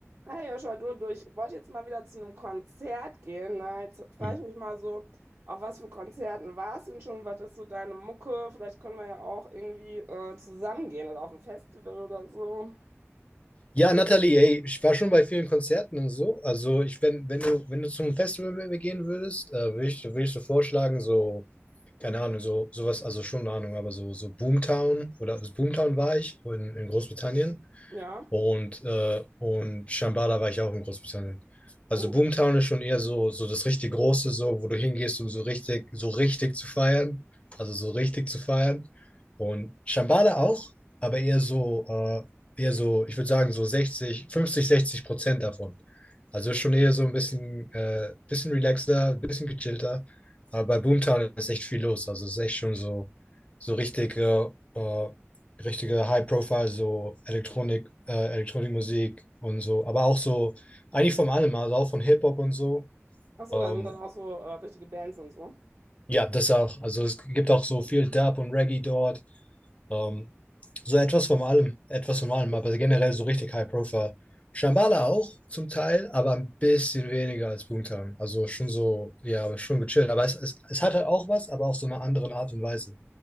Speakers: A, on the right; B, on the left.
A: Hey Joshua, du, du, ich wollte jetzt mal wieder zu einem Konzert gehen. Ne? Jetzt frage
B: Mhm.
A: ich mich mal so, auf was für Konzerten warst du denn schon? Was ist so deine Mucke? Vielleicht können wir ja auch irgendwie äh, zusammen gehen oder auf ein Festival oder so.
B: Ja, Nathalie, ey, ich war schon bei vielen Konzerten und so. Also ich, wenn, wenn du, wenn du zum Festival gehen würdest, äh, würde ich, würde ich so vorschlagen, so, keine Ahnung, so, sowas, also schon eine Ahnung, aber so, so Boomtown oder also Boomtown war ich in, in Großbritannien.
A: Ja.
B: Und, äh, und Shambhala war ich auch in Großbritannien. Also
A: Oh.
B: Boomtown ist schon eher so, so das richtig Große, so, wo du hingehst, um so richtig, so richtig zu feiern. Also so richtig zu feiern. Und Shambhala auch, aber eher so, äh, eher so, ich würde sagen, so 60, 50, 60 Prozent davon. Also schon eher so ein bisschen, äh, bisschen relaxter, ein bisschen gechillter. Aber bei Boomtown ist echt viel los. Also es ist echt schon so, so richtig äh, äh, richtige High-Profile, so Elektronik, äh, Elektronikmusik und so, aber auch so, eigentlich von allem, also auch von Hip-Hop und so.
A: Ach so,
B: Ähm,
A: da sind dann auch so äh, richtige Bands und so.
B: ja, das auch, also es gibt auch so viel Dub und Reggae dort. Ähm, so etwas von allem, etwas von allem, aber generell so richtig High-Profile. Shambhala auch zum Teil, aber ein bisschen weniger als Boomtown. Also schon so, ja, aber schon gechillt. Aber es, es, es hat halt auch was, aber auch so eine andere Art und Weise.